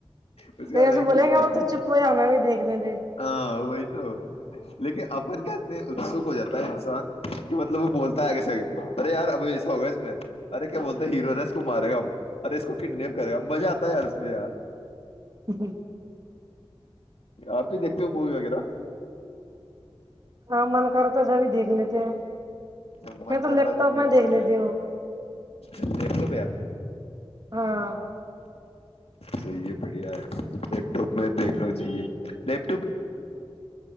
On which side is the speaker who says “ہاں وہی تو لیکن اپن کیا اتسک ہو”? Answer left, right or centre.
Left